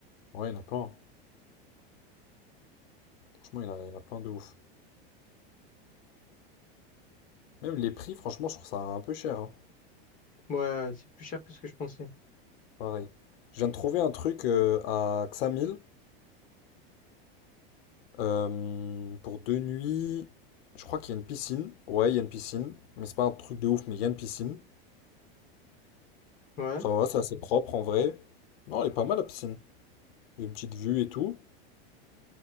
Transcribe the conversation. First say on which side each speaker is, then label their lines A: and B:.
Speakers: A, on the left; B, on the left.
A: Ouais, il y en a plein. Franchement, il y en a, il y en a plein de ouf. Même les prix, franchement, je trouve ça un peu cher. hein.
B: Ouais, c'est plus cher que ce que je pensais.
A: Pareil. Je viens de trouver un truc euh, à Xamil euh, pour deux nuits. Je crois qu'il y a une piscine. Ouais, il y a une piscine. Mais c'est pas un truc de ouf, mais il y a une piscine.
B: Ouais.
A: Ça
B: Ça
A: va, c'est assez Mhm. propre en vrai. Non, elle est pas mal la piscine. Une petite vue et tout.